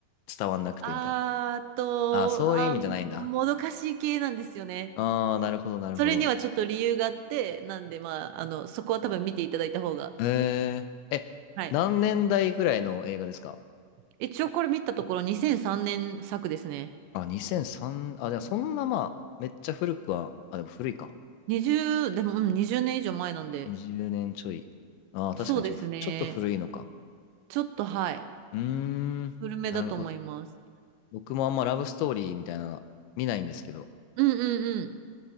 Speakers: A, on the left (about 80°); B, on the right (about 80°).
A: 伝わんなくてみたいな。
B: あーと、
A: あ、そういう意味じゃないんだ。
B: あー、もどかしい系なんですよね。
A: ああ、なるほど、なるほど。
B: それにはちょっと理由があって、なんで、まあ、あの、そこは多分見ていただいた方が。
A: えー、え、
B: はい。
A: 何年代ぐらいの映画ですか
B: 一応これ見たところ2003年作ですね。
A: あ、2003、あ、じゃあそんなまあ、めっちゃ古くは、あ、でも古いか。
B: 20、でも、うん、年以上前なんで。
A: 20年ちょい。ああ、確かにちょ、
B: そうですね。
A: ちょっと古いのか。
B: ちょっと、はい。
A: うーん、
B: 古めだと思います。
A: なるほど。僕もあんまラブストーリーみたいなの見ないんですけど、
B: うんうんうん。